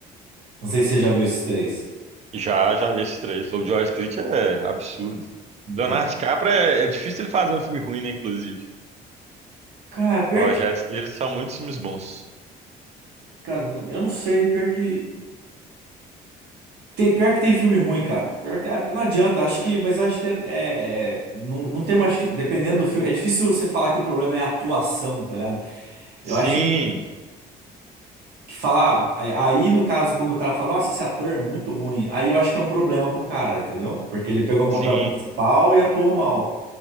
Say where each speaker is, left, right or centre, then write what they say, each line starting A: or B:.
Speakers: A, on the right; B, on the right.
A: Não sei se você já viu esses três.
B: Já, já vi esses três. Lobo de Wall Street é absurdo.
A: Então.
B: Leonardo DiCaprio é, é difícil ele fazer um filme ruim, né, inclusive.
A: Cara,
B: Os
A: pior
B: projetos
A: que.
B: dele são muitos filmes bons.
A: Cara, não- eu não sei, pior que. Tem, pior que tem filme ruim, cara. Pior que, ah, não adianta, acho que. Mas eu acho que é. é- é- não, não tem. Acho que, dependendo do filme. É difícil você falar que o problema é a atuação, tá ligado? Eu acho
B: Sim,
A: que, que falar. Aí, aí, no caso, quando o cara fala, nossa, esse ator é muito ruim. Aí eu acho que é um problema pro cara, entendeu? Porque ele pegou um
B: sim,
A: papel principal e atuou mal.